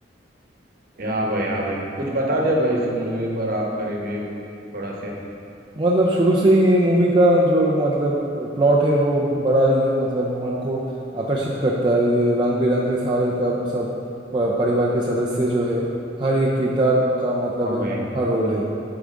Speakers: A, on the right; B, on the right.
A: या भाई या भाई कुछ बता दे भाई इस मूवी पर आपका रिव्यू थोड़ा से
B: मतलब शुरू से ही ये मूवी का जो मतलब प्लॉट है वो बड़ा ये मतलब मन को आकर्षित करता है ये रंग बिरंग के सारे का सब प- परिवार के सदस्य जो है हर एक किरदार का मतलब
A: हाँ
B: एक
A: भाई
B: अनोखा रोल है